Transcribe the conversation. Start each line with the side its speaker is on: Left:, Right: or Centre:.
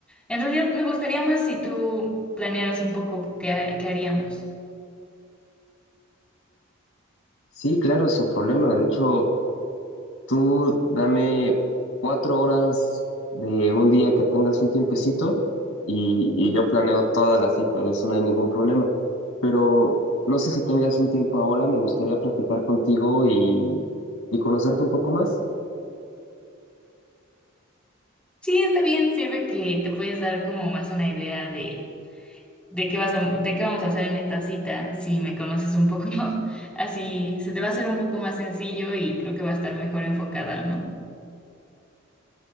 Centre: En realidad me gustaría más si tú planearas un poco qué, ha- qué haríamos.
Left: Sí, claro, sin problema. De hecho. Tú dame cuatro horas de un día que tengas un tiempecito y, y yo planeo toda la cita, de eso no hay ningún problema. Pero no sé si tengas un tiempo ahora, me gustaría platicar contigo y, y conocerte un poco más.
Centre: Sí, está bien, sirve que te puedes dar como más una idea de, de qué vas a, de qué vamos a hacer en esta cita, si me conoces un poco, <laughs> así se te va a hacer un poco más sencillo y creo que va a estar mejor enfocada, ¿no?